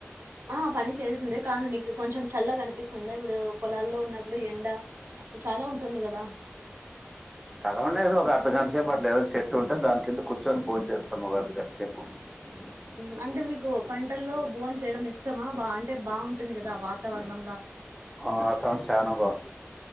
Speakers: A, on the right; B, in the centre.
A: ఆ పని చేల్సిందే కాదు మీకు కొంచెం చల్ల కనిపి తెప్పిస్తుందా ఇప్పుడు పొలాల్లో ఉన్నప్పుడు ఎండ చాలా ఉంటుంది కదా
B: చాలా ఉండేది ఒక అర్ధఘంట సేపు అట్ల ఏదైన చెట్టు ఉంటే దాని కింద కూర్చొని ఫోన్ చేస్తాను అర్థగంటసేపు ముగాదు కటిచే
A: ఉమ్, అంటే మీకు పంటల్లో భోన్ చేయడం ఇష్టమా బా అంటే బాగుంటుంది కదా వాతావరణం
B: వాతారణం చాలా బాగుంది